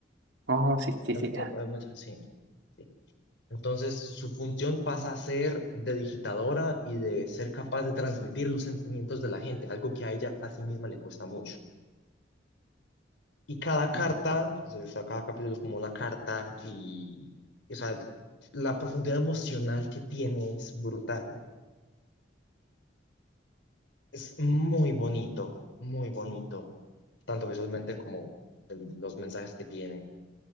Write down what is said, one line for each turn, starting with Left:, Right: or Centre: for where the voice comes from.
Right: Oh, sí, sí,
Left: Hay-
Right: sí, ya.
Left: hay mucha- sí, sí. Entonces, su función pasa a ser de digitadora y de ser capaz de transmitir los sentimientos de la gente, algo que a ella a sí misma le cuesta mucho. Y cada carta,
Right: Ujú.
Left: o sea, cada capítulo es como una carta y, o sea, la profundidad emocional que tiene es brutal. Es muy bonito, muy bonito, tanto visualmente como el- los mensajes que tiene.